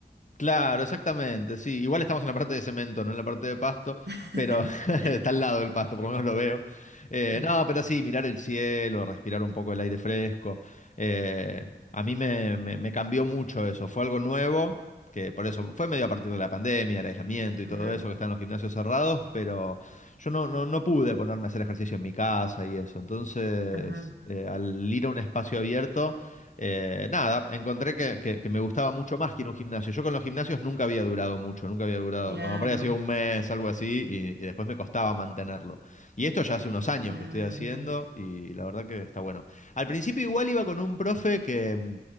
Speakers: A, on the left; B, on the right.
A: Claro, exactamente, sí. Igual estamos en la parte de cemento, no en la parte de pasto,
B: <laughs>
A: pero <laughs> está al lado del pasto, por lo menos lo veo. Eh,
B: Ajá,
A: no, pero sí, mirar el cielo, respirar un poco el aire fresco. eh, a mí me, me- me cambió mucho eso. Fue algo nuevo, que por eso fue medio a partir de la pandemia, el aislamiento y
B: ajá,
A: todo eso, que están los gimnasios cerrados, pero yo no, no, no pude ponerme a hacer ejercicio en mi casa y eso. Entonces,
B: ajá,
A: eh, al ir a un espacio abierto eh, nada, encontré que, que- que me gustaba mucho más que ir a un gimnasio. Yo con los gimnasios nunca había durado mucho, nunca había durado,
B: claro.
A: como por ahí ha sido un mes, algo así, y, y después me costaba mantenerlo. Y esto ya hace unos años
B: Claro.
A: que estoy haciendo y la verdad que está bueno. Al principio igual iba con un profe que, mm,